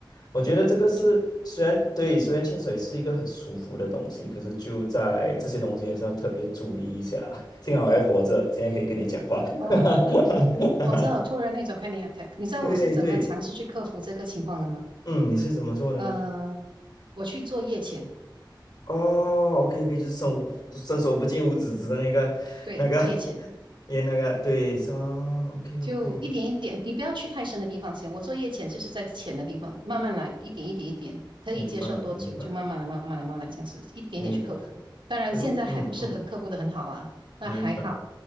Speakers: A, on the left; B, on the right.
A: 我觉得这个是虽然对，
B: 就
A: 虽然潜水是一个很舒服的东西，可是就在这些东西还是要特别注意一下。幸好我还活着，现在可以跟你讲话。
B: 哦，
A: <laughs>
B: 我知道，突然那种 panic attack，你知道我是怎么尝试去克服这个情况的吗？
A: 对对，嗯，你是怎么做的呢？
B: 呃，我去做夜潜，
A: 哦，OK OK，就是伸伸手不见五指指的那个那个
B: 对，夜潜，
A: <laughs> 也那个对，是 o k
B: 就一点一点，
A: OK，
B: 你不要去太深的地方先。我做夜潜就是在浅的地方，慢慢来，一点一点一点，可以接受多久就慢慢来，
A: 明白明白
B: 慢慢来，慢慢来，这样子一点点去克服。
A: 明白。
B: 当然，
A: 可是我嗯嗯，
B: 现在还不是很克服的很好啊，但还好
A: 明白，